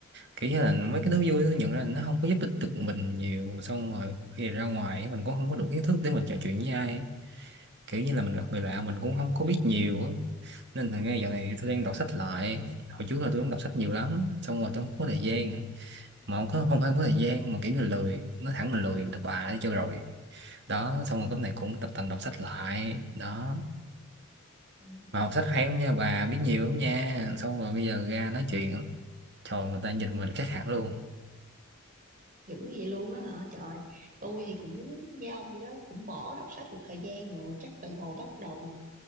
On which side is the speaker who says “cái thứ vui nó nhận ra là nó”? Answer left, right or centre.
Right